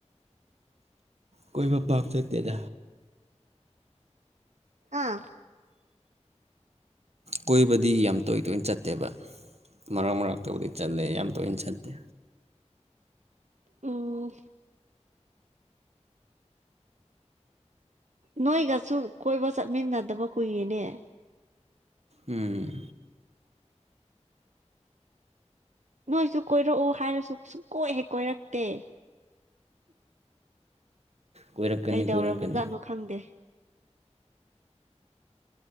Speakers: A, on the right; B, on the right.
A: ꯀꯣꯏꯕ ꯄꯥꯛ ꯆꯠꯇꯦꯗ
B: ꯑꯥ
A: ꯀꯣꯏꯕꯗꯤ ꯌꯥꯝ ꯇꯣꯏ ꯇꯣꯏꯅ ꯆꯠꯇꯦꯕ ꯃꯔꯛ ꯃꯔꯛꯇꯕꯨꯗꯤ ꯆꯠꯂꯦ ꯌꯥꯝ ꯇꯣꯏꯏꯅ ꯆꯠꯇꯦ
B: ꯎꯝ ꯅꯣꯏꯒꯁꯨ ꯀꯣꯏꯕ ꯆꯠꯃꯤꯟꯅꯗꯕ ꯀꯨꯏꯔꯦꯅꯦ
A: ꯎꯝ
B: ꯅꯣꯏꯁꯨ ꯀꯣꯏꯔꯛꯎ ꯍꯥꯏꯔꯁꯨ ꯁꯨꯡ ꯀꯣꯏꯍꯦ ꯀꯣꯏꯔꯛꯇꯦ
A: ꯀꯣꯏꯔꯛꯀꯅꯤ
B: ꯀꯩꯗꯧꯔꯕꯖꯥꯠꯅꯣ
A: ꯀꯣꯏꯔꯛꯀꯅꯤ
B: ꯈꯪꯗꯦ